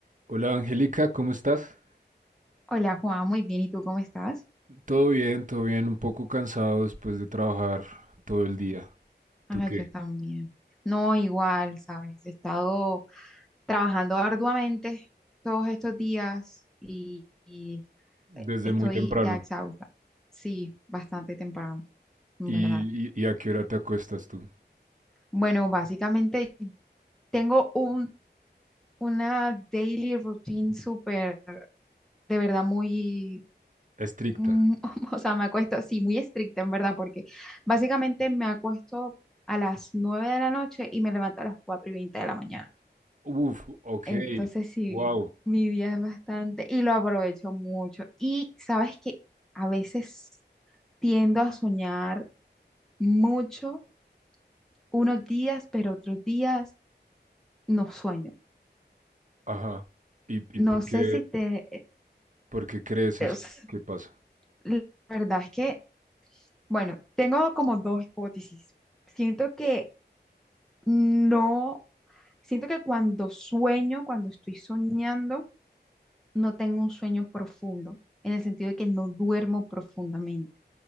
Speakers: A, on the right; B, in the centre.
A: Hola Angélica, ¿cómo estás?
B: Hola Juan, muy bien. ¿Y tú cómo estás?
A: Todo bien, todo bien, un poco cansado después de trabajar todo el día.
B: Ah,
A: ¿Tú qué?
B: yo también. No, igual, ¿sabes? He estado trabajando arduamente todos estos días y, y,
A: Desde
B: eh, estoy
A: muy temprano.
B: ya exhausta. Sí, bastante temprano, en
A: ¿Y,
B: verdad.
A: y- y a qué hora te acuestas tú?
B: Bueno, básicamente tengo un, una daily routine súper, de verdad, muy
A: Estricta.
B: Mm, <laughs> o sea, me acuesto, sí, muy estricta en verdad, porque básicamente me acuesto a las 9 de la noche y me levanto a las 4 y 20 de la mañana.
A: Uf, ok,
B: Entonces, sí,
A: wow,
B: mi día es bastante y lo aprovecho mucho. Y sabes que a veces tiendo a soñar mucho unos días, pero otros días no sueño.
A: ajá. ¿Y,
B: No
A: y por
B: sé
A: qué,
B: si te...
A: por qué crees
B: es-
A: eso? ¿Qué pasa?
B: <laughs> la verdad es que, bueno, tengo como dos hipótesis. Siento que no. Siento que cuando sueño, cuando estoy soñando, no tengo un sueño profundo, en el sentido de que no duermo profundamente.